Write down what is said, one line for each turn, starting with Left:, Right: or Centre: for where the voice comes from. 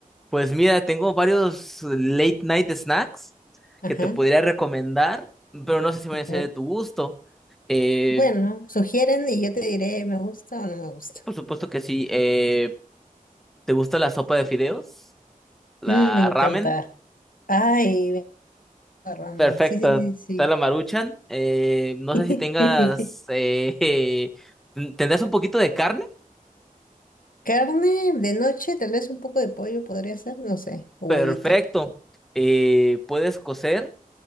Centre: pues mira, tengo varios late night snacks
Left: Ajá.
Centre: que te podría recomendar, pero no sé si van
Left: A
Centre: a ser
Left: ver.
Centre: de tu gusto. Eh,
Left: Bueno, sugieren y yo te diré, ¿me gusta o no me gusta?
Centre: por supuesto que sí. Eh, ¿te gusta la sopa de fideos? ¿La
Left: Mm, me encanta.
Centre: ramen?
Left: Ay, me encanta ramen.
Centre: Perfecto,
Left: Sí, sí, sí,
Centre: está la Maruchan. Eh, no
Left: sí.
Centre: sé si tengas... eh,
Left: <laughs>
Centre: <laughs> ¿tendrás un poquito de carne?
Left: Carne de noche, tal vez un poco de pollo podría ser, no sé, o
Centre: Perfecto.
Left: huevito.
Centre: Eh, ¿puedes cocer?